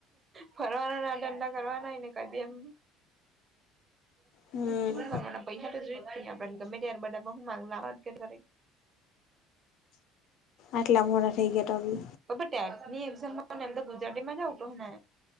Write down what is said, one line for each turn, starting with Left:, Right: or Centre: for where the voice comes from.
Right: ફરવાના ધંધા કરવાનાય કાયબી એમ
Left: હમ
Right: <unintelligible> કરવાના પૈસા તો જોય આપને ગમે યાર બધા બહુ માંગલા આ આવટ કરે
Left: આટલા મોડા થઈ ગયા તો બી
Right: અબે ટેબ ની એક્ઝામ મા એમતો <unintelligible>